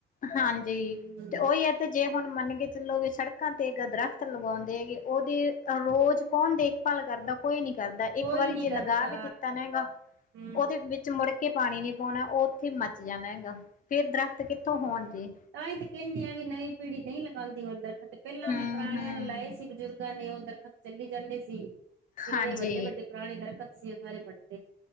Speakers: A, on the left; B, on the right.
A: ਹਂਜੀ,
B: ਹੂੰ
A: ਤੇ ਔਹੀ ਏ। ਤੇ ਜੇ ਹੁਨ ਮੰਨ ਕੇ ਚਲੋਗੇ ਸੜਕਾਂ ਤੇ ਦਰੱਖ਼ਤ ਲਗਾਉਂਦੇ ਹੈਗੇ। ਔਹਦੀ ਰੋਜ਼ ਕੋਨ ਦੇਖ ਭਲ ਕਰਦਾ, ਕੋਈ ਨੀ ਕਰਦਾ।
B: ਕੋਈ
A: ਇੱਕ ਵਾਰੀ
B: ਨੀ
A: ਜੇ
B: ਕਰਦਾ
A: ਲਗਾ ਵੀ ਦਿੱਤਾ ਨ ਹੈਗਾ।
B: ਹੂੰ
A: ਉਹਦੇ ਵਿੱਚ ਮੁੜ ਕੇ ਪਾਨੀ ਨੀ ਪਾਉਨਾ ਔਹ ਉੱਥੇ ਮੱਚ ਜਾਨਾ ਹੈਗਾ। ਫੇਰ ਦਰੱਖ਼ਤ ਕਿੱਥੋਂ ਹੋਨ ਗੇ।
B: ਤਾਂਹੀ ਤੇ ਕੈਂਦੇ ਹਾਂ ਵੀ ਨਵੀਂ ਪੀੜੀ ਨਹੀਂ ਲਗਾਉਂਦੀ ਉੁੰਦਰ। ਤੇ
A: ਹੂੰ
B: ਨੇ ਪੁਰਾਨੀਆਂ
A: ਹੂੰ
B: ਨੇ ਲਾਏ ਸੀ ਬਜ਼ੁਰਗਾਂ ਨੇ ਔਹ ਚੱਲੀ ਜੈਂਦੇ ਸੀ। ਕਿੰਨੇ
A: ਹਾਂਜੀ
B: ਵੱਡੇ ਵੱਡੇ ਪੁਰਾਨੇ ਦਰੱਖ਼ਤ ਸੀ ਔਹ ਸਾਰੇ ਫਟਗਏ।